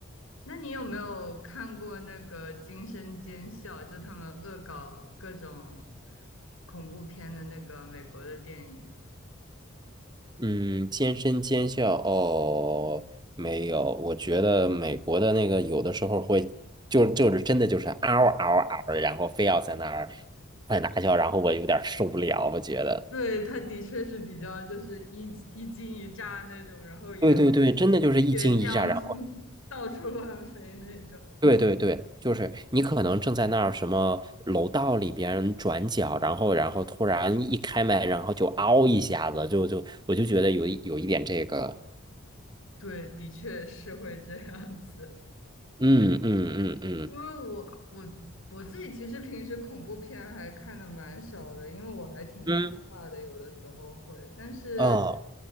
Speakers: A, on the left; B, on the right.
A: 那你有没有看过那个《惊声尖笑》？就他们恶搞各种恐怖片的那个美国的电影？
B: 嗯，尖声尖笑哦，没有，我觉得美国的那个有的时候会，就就是真的就是嗷嗷嗷，然后非要在那儿在那叫，然后我有点受不了，我觉得。
A: 对，它的确是比较就是一一惊一乍那种，然后也
B: 对对对，真的就是一惊一乍，
A: 血浆
B: 然后。
A: <laughs> 到处乱飞那种。
B: 对对对，就是你可能正在那儿什么楼道里边转角，然后然后突然一开门，然后就嗷一下子，就就我就觉得有一有一点这个，
A: 对，的确是会这样子，
B: 嗯嗯嗯嗯
A: 因为我我我自己其实平时恐怖片还看的蛮少的，因为我还挺害怕的，
B: 嗯，
A: 有的时候会，但是
B: 哦，